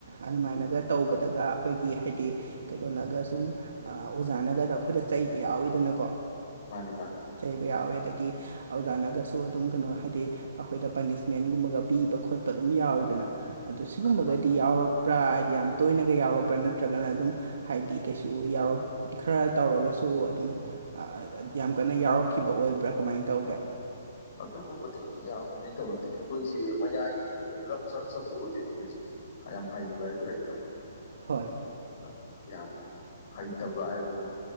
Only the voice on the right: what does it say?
ꯑꯗꯨꯃꯥꯏꯅꯒ ꯇꯧꯕꯗꯒ ꯑꯈꯣꯏꯒꯤ ꯍꯥꯏꯗꯤ ꯀꯩꯅꯣꯅꯒ ꯁꯨꯝ ꯑꯥ ꯑꯣꯖꯥꯅꯒꯗ ꯑꯩꯈꯣꯏꯗ ꯆꯩꯕ ꯌꯥꯎꯋꯤꯗꯅꯀꯣ
ꯆꯩꯕ ꯌꯥꯎꯋꯦ ꯑꯗꯒꯤ ꯑꯣꯖꯥꯅꯒꯁꯨ ꯑꯗꯨꯝ ꯀꯩꯅꯣ ꯍꯥꯏꯗꯤ ꯑꯈꯣꯏꯗ ꯄꯅꯤꯁꯃꯦꯟꯒꯨꯝꯕꯒ ꯄꯤꯕ ꯈꯣꯠꯄ ꯑꯗꯨꯝ ꯌꯥꯎꯋꯤꯗꯅ ꯑꯗꯨ ꯁꯤꯒꯨꯝꯕꯒꯗꯤ
ꯌꯥꯎꯔꯛ ꯄ꯭ꯔꯥ ꯍꯥꯏꯗꯤ ꯌꯥꯝ ꯇꯣꯏꯅꯒ ꯌꯥꯎꯔꯛꯄ꯭ꯔꯥ ꯅꯠꯇ꯭ꯔꯒꯅ ꯑꯗꯨꯝ ꯍꯥꯏꯗꯤ ꯀꯩꯁꯨ ꯌꯥꯎꯔꯛ ꯈꯔ ꯇꯧꯔꯒꯁꯨ ꯑꯗꯨꯝ ꯑꯥ ꯌꯥꯝ ꯀꯟꯅ ꯌꯥꯎꯔꯛꯈꯤꯕ ꯑꯣꯏꯕ꯭ꯔꯥ ꯀꯃꯥꯏꯟ ꯇꯧꯒꯦ?
ꯍꯣꯏ